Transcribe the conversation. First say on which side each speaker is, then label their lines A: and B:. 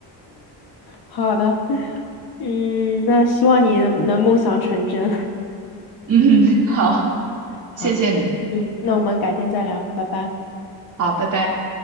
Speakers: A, on the left; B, on the right.
A: 好的，嗯，那希望你能能梦想成真。
B: 嗯，好，
A: <laughs> 好，
B: 谢谢你，
A: 嗯，那我们改天再聊，拜拜。
B: 好，拜拜。